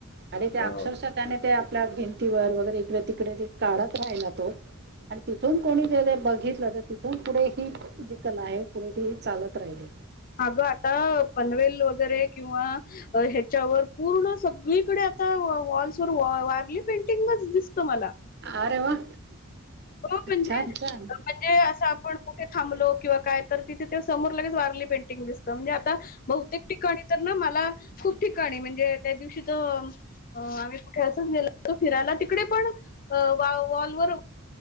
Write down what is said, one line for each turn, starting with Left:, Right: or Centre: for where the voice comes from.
Right: आणि त्या
Left: हो
Right: अक्षरशा त्याने ते आपल्या भिंतीवर वगैरे इकडे तिकडे ते काढत राहिला तो. आणि तिथून कोणी जर बघितलं त तिथून पुढे ही जी कला आहे पुढे ती चालत राहिली.
Left: अगं आता पनवेल वगैरे किंवा ह्याच्यावर पूर्ण सग्गळीकडे आता वॉ-वॉल्सवर वॉ वारली पेंटिंगच दिसतं मला.
Right: अरे वा.
Left: हो म्हणजे-म्हणजे
Right: छान छान
Left: असं आपण कुठे थांबलो. किंवा काय तर तिथे ते समोर लगेच वारली पेंटिंग दिसतं म्हणजे आता बहुतेक ठिकाणी तर ना मला खूप ठिकाणी म्हणजे त्या दिवशी त अं आम्ही कुठे असंच गेलो होतो फिरायला तिकडे पण अं खुप वॉ-वॉलवर